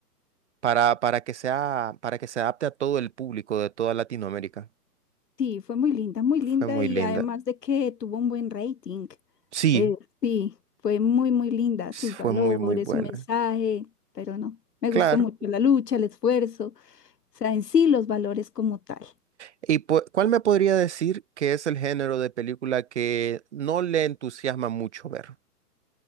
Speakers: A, on the right; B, on the left.
A: para, para que sea, para que se adapte a todo el público de toda Latinoamérica.
B: Sí, fue muy linda, muy linda
A: Fue muy
B: y
A: linda.
B: además de que tuvo un buen rating.
A: Sí,
B: Eh, sí, fue muy, muy linda,
A: sí,
B: sus
A: fue
B: valores,
A: muy, muy buena.
B: su mensaje, pero no, me
A: Claro.
B: gustó mucho la lucha, el esfuerzo, o sea, en sí los valores como tal.
A: ¿Y pu- cuál me podría decir que es el género de película que no le entusiasma mucho ver?